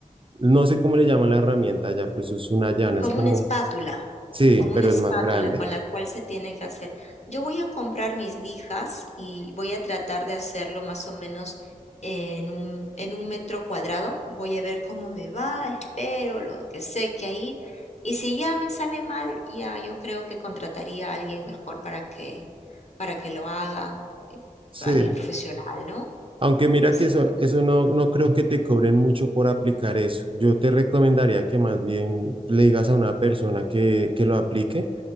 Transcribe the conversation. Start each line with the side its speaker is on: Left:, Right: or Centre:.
Right: no sé cómo le llaman la herramienta ya, pues es una llana,
Left: Como
Right: es como,
Left: una espátula,
Right: sí,
Left: como
Right: pero
Left: una espátula
Right: es más grande.
Left: con la cual se tiene que hacer. Yo voy a comprar mis lijas y voy a tratar de hacerlo más o menos en un, en un metro cuadrado. Voy a ver cómo me va, espero lo que sé que ahí. Y si ya me sale mal, ya yo creo que contrataría a alguien mejor para que, para que lo haga, eh,
Right: Sí.
Left: alguien profesional, ¿no?
Right: Aunque mira
Left: Sí.
Right: que eso,
Left: por-
Right: eso no, no creo que te cobren mucho por aplicar eso. Yo te recomendaría que más bien le digas a una persona que, que lo aplique